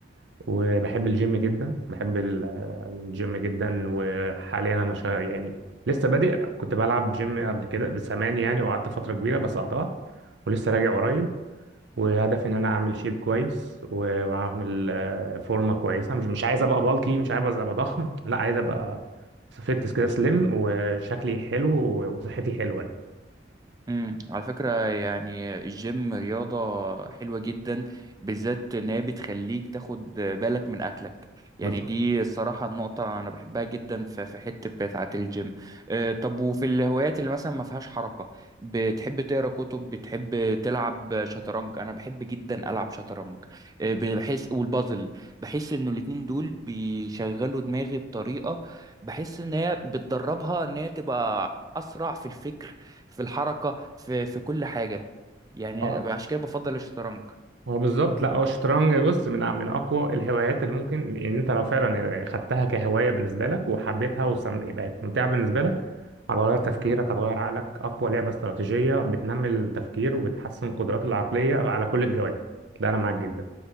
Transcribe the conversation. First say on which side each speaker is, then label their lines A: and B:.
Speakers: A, on the right; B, on the right.
A: وبحب الجيم جدا بحب ال- الجيم جدا وحاليا انا شا... يعني لسه بادئ كنت بلعب جيم قبل كده بزمان يعني وقعدت فترة كبيرة بس قطعت ولسه راجع قريب وهدفي ان انا اعمل شيب كويس و- واعمل آه، فورمة كويسة مش مش عايز ابقى بالكي مش عايز ابقى ضخم لا عايز ابقى فيتنس كده سليم وشكلي حلو وصحتي حلوة يعني
B: امم على فكرة يعني الجيم رياضة حلوة جدا بالذات ان هي بتخليك تاخد بالك من اكلك يعني
A: بالظبط
B: دي الصراحة النقطة انا بحبها جدا في في حتة بتاعة الجيم آه، طب وفي الهوايات اللي مثلا ما فيهاش حركة بتحب تقرا كتب بتحب تلعب شطرنج انا بحب جدا العب شطرنج آه، بحس والبازل بحس انه الاتنين دول بيشغلوا دماغي بطريقة بحس ان هي بتدربها ان هي تبقى اسرع في الفكر في الحركة في في كل حاجة يعني
A: اه
B: عشان كده بفضل الشطرنج
A: هو بالظبط لا هو الشطرنج بص من من اقوى الهوايات اللي ممكن ان يعني انت لو فعلا خدتها كهوايه بالنسبه لك وحبيتها وبقت ممتعه بالنسبه لك هتغير تفكيرك هتغير عقلك اقوى لعبه استراتيجيه بتنمي التفكير وبتحسن القدرات العقليه على كل الجوانب ده انا معاك جدا